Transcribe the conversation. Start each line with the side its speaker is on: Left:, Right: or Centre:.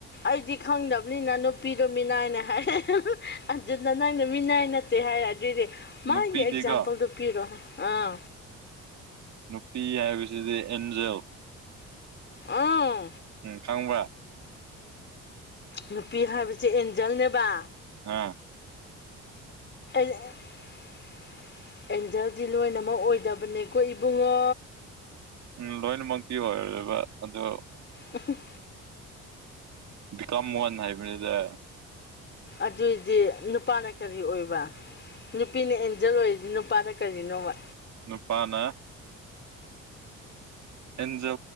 Left: ꯑꯩꯗꯤ ꯈꯪꯗꯕꯅꯤꯅ ꯅꯨꯄꯤꯗꯨꯣ ꯃꯤꯅꯥꯏꯅꯦ ꯍꯥꯏꯔꯛꯦ ꯑꯟꯖꯤꯗ ꯅꯪ ꯑ ꯃꯤꯅꯥꯏ ꯅꯠꯇꯦ ꯍꯥꯏꯔ ꯑꯗꯨꯏꯗꯤ ꯃꯥꯒꯤ
Right: ꯅꯨꯄꯤꯗꯤꯀꯣ
Left: ꯑꯦꯛꯖꯥꯝꯄꯜꯗꯨꯣ ꯄꯤꯔꯣ ꯑꯥ
Right: ꯅꯨꯄꯤ ꯍꯥꯏꯕꯁꯤꯗꯤ ꯑꯦꯟꯖꯦꯜ
Left: ꯑꯥ
Right: ꯎꯝ ꯈꯪꯕ꯭ꯔꯥ
Left: ꯅꯨꯄꯤ ꯍꯥꯏꯕꯕꯁꯤꯦ ꯑꯦꯟꯖꯜꯅꯦꯕ
Right: ꯑꯥ
Left: <inaudible> ꯑꯦꯟꯖꯦꯜꯗꯤ ꯂꯣꯏꯅꯃꯛ ꯑꯣꯏꯗꯕꯅꯦꯀꯣ ꯏꯕꯨꯡꯉꯣ
Right: ꯎꯝ ꯂꯣꯏꯅꯃꯛꯇꯤ ꯑꯣꯏꯔꯣꯏꯕ ꯑꯣ
Left: ꯎ
Right: ꯕꯤꯀꯝ ꯋꯥꯟ ꯍꯥꯏꯕꯅꯤꯗ
Left: ꯑꯗꯨꯏꯗꯤ ꯅꯨꯄꯥꯅ ꯀꯔꯤ ꯑꯣꯏꯕ ꯅꯨꯄꯤꯅ ꯑꯦꯟꯖꯜ ꯑꯣꯏꯔꯤꯗꯤ ꯅꯨꯄꯥꯅ ꯀꯔꯤꯅꯣꯕ
Right: ꯅꯨꯄꯥꯅ ꯑꯦꯟꯖ